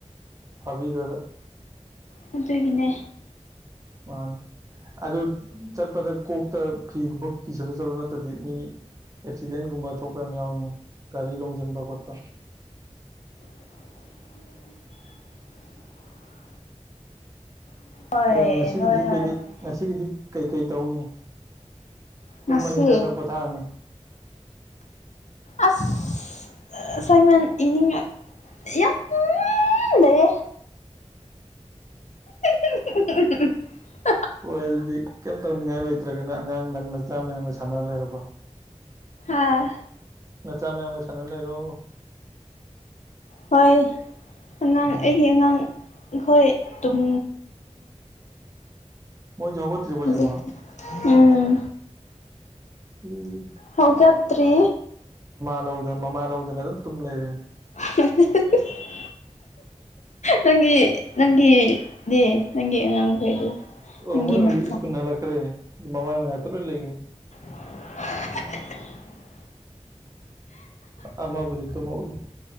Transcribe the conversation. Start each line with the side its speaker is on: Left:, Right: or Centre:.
Right: ꯐꯥꯕꯤꯈ꯭ꯔꯒ
Left: ꯃꯠꯇꯣꯏꯒꯤꯅꯦ
Right: ꯋꯥꯟ ꯑꯗꯨ ꯆꯠꯄꯗ ꯀꯣꯛꯇ ꯐꯤꯒꯨꯝꯕ ꯀꯤꯁꯜꯂꯒ ꯆꯠꯂ ꯅꯠꯇꯗꯤ ꯃꯤ ꯑꯦꯛꯁꯤꯗꯦꯟꯒꯨꯝꯕ ꯊꯣꯛꯄ ꯌꯥꯝ ꯌꯥꯎꯅꯤ ꯒꯥꯔꯤ ꯂꯣꯡꯁꯤꯟꯕ ꯈꯣꯠꯄ
Left: <unintelligible> ꯍꯣꯏ
Right: ꯑꯗꯨꯒ ꯉꯁꯤꯒꯤꯗꯤ
Left: ꯍꯣꯏ ꯍꯣꯏ
Right: ꯀꯩꯀꯩ
Left: ꯍꯣꯏ
Right: ꯉꯁꯤꯒꯤꯗꯤ ꯀꯩꯀꯩ ꯇꯧꯅꯤ ꯇꯨꯝꯃꯅꯤ
Left: ꯉꯁꯤ
Right: ꯅꯠꯇ꯭ꯔ ꯄꯣꯊꯥꯔꯅꯤ
Left: ꯑꯁ ꯁꯥꯏꯃꯟ ꯏꯅꯤꯡ ꯌꯥꯝ ꯂꯩꯦ <unintelligible>
Right: ꯍꯣꯏ ꯑꯗꯨꯗꯤ ꯀꯩꯝ ꯇꯧꯅꯤꯡꯉꯥꯏ ꯂꯩꯇ꯭ꯔꯒꯅ ꯑꯉꯥꯡ ꯅ ꯃꯆꯥ ꯃꯌꯥꯝꯒ ꯁꯥꯟꯅꯔ ꯂꯩꯔꯣꯀꯣ
Left: ꯑꯥ
Right: ꯅꯆꯥ ꯃꯌꯥꯝꯒ ꯁꯥꯟꯅꯅ ꯂꯩꯔꯣ
Left: ꯍꯣꯏ ꯑꯉꯥꯡ
Right: ꯎꯝ
Left: ꯑꯩꯒꯤ ꯑꯉꯥꯡ ꯑꯩꯈꯣꯏꯨꯝ
Right: ꯃꯣꯏꯁꯨ ꯍꯧꯒꯠꯇ꯭ꯔꯤꯕꯣ
Left: ꯍꯧ
Right: ꯍꯧꯖꯤꯛꯄꯣ
Left: ꯎꯝ
Right: ꯎꯝ
Left: ꯍꯒꯇ꯭ꯔꯤ
Right: ꯂꯧꯗꯅ ꯃꯃꯥ ꯂꯧꯗꯅ ꯑꯗꯨꯝ ꯇꯨꯝ ꯂꯩꯔꯤꯅꯤ
Left: <unintelligible> ꯅꯪꯒꯤ ꯅꯪꯒꯤꯗꯤ ꯅꯪꯒꯤ ꯑꯉꯥꯡꯈꯩꯗꯤ
Right: ꯑꯣ
Left: ꯅꯪꯒꯤ
Right: ꯃꯣꯏ
Left: ꯃꯆꯥ
Right: ꯍꯧ ꯁ꯭ꯀꯨ ꯅꯂꯈꯔ ꯃꯃꯥꯏ ꯃꯅꯥ ꯇꯣꯂꯣꯏ ꯂꯩꯒꯦꯝ
Left: <unintelligible>
Right: ꯑꯃꯕꯨꯗꯤ ꯇ ꯃꯧꯋꯔꯤ